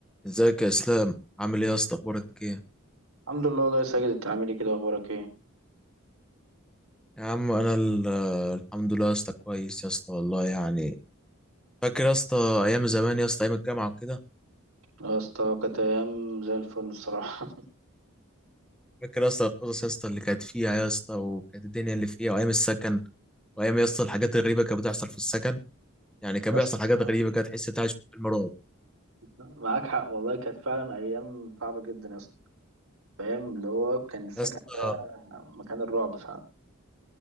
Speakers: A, in the centre; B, on the right.
A: ازيك يا اسلام عامل ايه يا اسطى اخبارك ايه
B: الحمد لله والله يا ساجد انت عامل ايه كده اخبارك ايه
A: يا عم انا ال- الحمد لله يا اسطى كويس يا اسطى والله يعني فاكر يا اسطى ايام زمان يا اسطى ايام الجامعه وكده
B: يا اسطى كانت ايام زي الفل الصراحه
A: فاكر يا اسطى القصص يا اسطى اللي كانت فيها يا اسطى وكانت الدنيا اللي فيها وايام السكن وايام يا اسطى الحاجات الغريبه كانت بتحصل في السكن يعني كان
B: <laughs> يا
A: بيحصل
B: اسطى
A: حاجات غريبه كانت تحس انت عايش في فيلم رعب
B: معاك حق والله كانت فعلا ايام صعبه جدا يا اسطى فاهم اللي هو كان السكن
A: يا اسطى
B: مكان الرعب فعلا